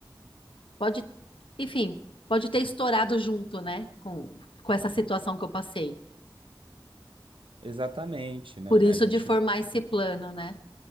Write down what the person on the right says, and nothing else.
<laughs> Exatamente, né?
A gente